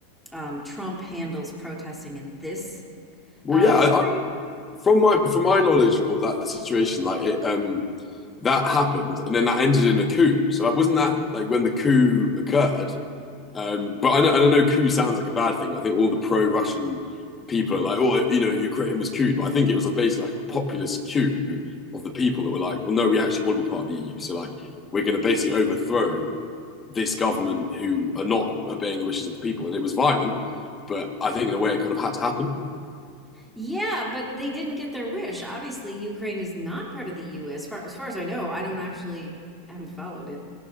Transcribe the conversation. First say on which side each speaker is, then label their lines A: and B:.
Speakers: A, in the centre; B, on the left (about 20°).
A: um, Trump handles protesting in this
B: Well,
A: uh,
B: yeah,
A: country.
B: I, I, from my from my knowledge of that situation, like it, um, that happened, and then that ended in a coup. So it wasn't that like when the coup occurred. Um, but I know, and I know coup sounds like a bad thing. I think all the pro-Russian people are like, oh, you know, Ukraine was couped, but I think it was basically like a populist coup of the people that were like, well, no, we actually want to be part of the EU. So like, we're going to basically overthrow this government who are not obeying the wishes of the people, and it was violent. But I think in a way, it kind of had to happen.
A: Yeah, but they didn't get their wish. Obviously, Ukraine is not part of the U.S. Far, as far as I know, I don't actually I haven't followed it.